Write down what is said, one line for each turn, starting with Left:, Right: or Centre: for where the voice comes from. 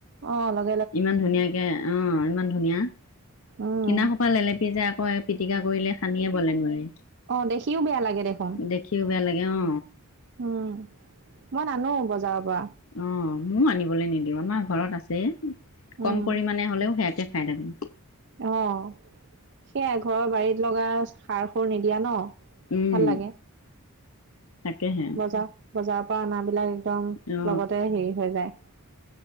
Right: অঁ অলপ
Left: ইমান ধুনীয়াকে অঁ ইমান ধুনীয়া!
Right: উম
Left: কিনা সোপা লেলেপি যায় আকৌ পিটিকা কৰিলে সানিয়ে বলে নোৱাৰি।
Right: অঁ দেখিও বেয়া লাগে দেখোন।
Left: দেখিও বেয়া লাগে অ
Right: উম মই নানো বজাৰৰ পৰা।
Left: অঁ মইও আনিবলে নিদিওঁ আমাৰ ঘৰত আছে,
Right: উম
Left: কম পৰিমাণে হ'লেও সেয়াকে খায় থাকো।
Right: অঁ সেয়াই ঘৰৰ বাৰীত লগা সাৰ সুৰ নিদিয়া ন।
Left: উম
Right: ভাল লাগে
Left: তাকেহে।
Right: বজাৰ বজাৰৰ পৰা অনা বিলাক একদম
Left: অ
Right: লগতে হেৰি হৈ যায়।